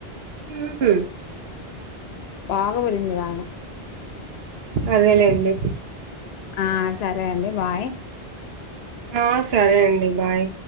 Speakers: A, on the right; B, on the left.
A: ఉమ్
B: బాగాబడింది వాన
A: అదేలేండి
B: ఆ సరే అండి బాయ్
A: ఆ సరే అండి బాయ్